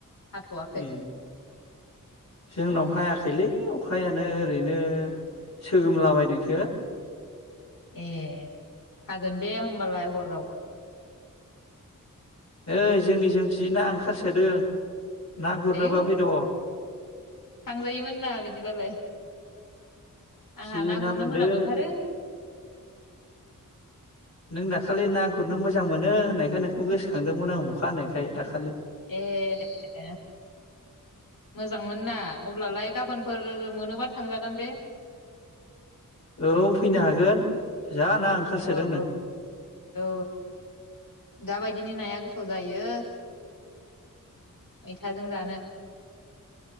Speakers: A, on the left; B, on the left.
A: हाथ'वाखै
B: ए जोंनाव हायाखैलै। अखायानो ओरैनो सोगोमलाबायदोंसो।
A: ए हागोन बे होमबालाय हराव।
B: ओइ जोंनि जों जि ना ओंखारसोदों। ना गुरनोबा
A: आयौ
B: फैद।
A: थांजायोमोन ना बिदिबालाय। आंहा
B: जि
A: ना गुरनो
B: मोनदों
A: मोजां मोनथारो।
B: नों दाखालि ना गुरनो मोजां मोनो होननायखाय नोंखौ गोसोखांदोंमोन आं अखा हानायखाय दाख
A: ए ए ए मोजांमोन ना अब्लालाय गाबोन फोर मोनोबा थांजागोन बे
B: औ फैनो हागोन। जा ना ओंखारसोदोंनो
A: औ औ औ दाबाय दिनि नाया गोथाव जायो मैथाजों जानो।